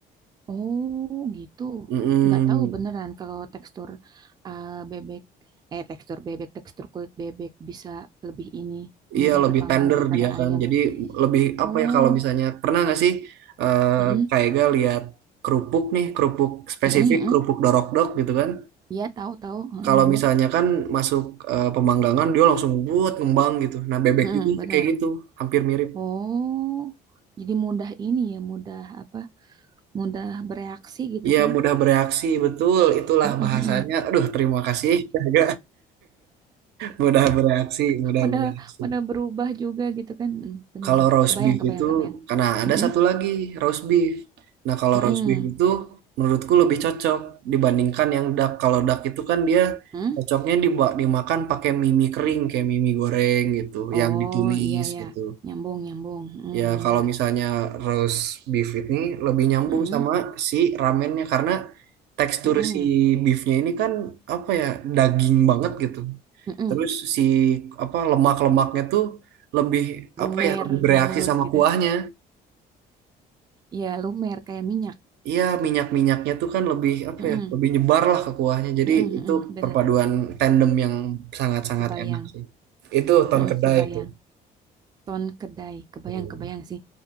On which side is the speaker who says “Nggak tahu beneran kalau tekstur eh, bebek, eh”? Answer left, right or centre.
Right